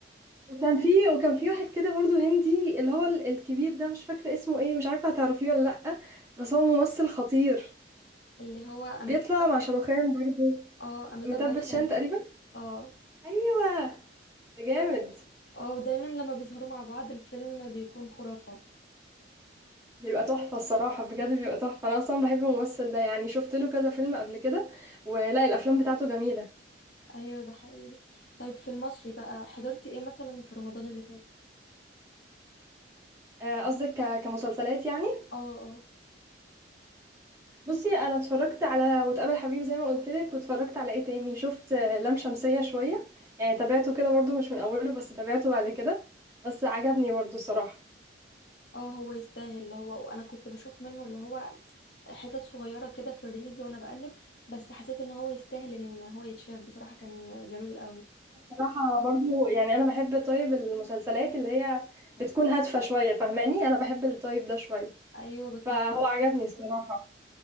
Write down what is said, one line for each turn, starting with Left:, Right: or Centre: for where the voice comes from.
Right: وكان في وكان في واحد كده برضو هندي اللي هو ال- الكبير ده مش فاكره اسمه ايه مش عارفه هتعرفيه ولا لا بس هو ممثل خطير
Left: اللي هو اميتاب
Right: بيطلع مع شاروخان برضو
Left: اه اميتاب
Right: متبت
Left: باتشان
Right: شان تقريبا
Left: اه
Right: ايوه ده جامد
Left: اه دايما لما بيظهروا مع بعض الفيلم بيكون خرافة
Right: بيبقى تحفه الصراحه بجد بيبقى تحفه انا اصلا بحب الممثل ده يعني شفت له كذا فيلم قبل كده ولا الافلام بتاعته جميله
Left: ايوه ده حقيقي طيب في المصري بقى حضرتي ايه مثلا في رمضان اللي فات
Right: آه، قصدك ك- كمسلسلات يعني
Left: اه اه
Right: بصي انا اتفرجت على وتقابل حبيب زي ما قلت لك واتفرجت على ايه تاني شفت آه، لام شمسية شوية يعني تابعته كده برضو مش من اوله بس تابعته بعد كده بس عجبني برضو الصراحة
Left: اه هو يستاهل اللي هو انا كنت بشوف منه اللي هو حتت صغيرة كده في الريلز وانا بقلب بس حسيت ان هو يستاهل ان هو يتشاف بصراحة كان جميل قوي
Right: صراحة برضو يعني انا بحب طيب المسلسلات اللي هي بتكون هادفة شوية فاهماني انا بحب الطيب ده شوية
Left: ايوه بتناقش
Right: فهو عجبني الصراحة
Left: قضية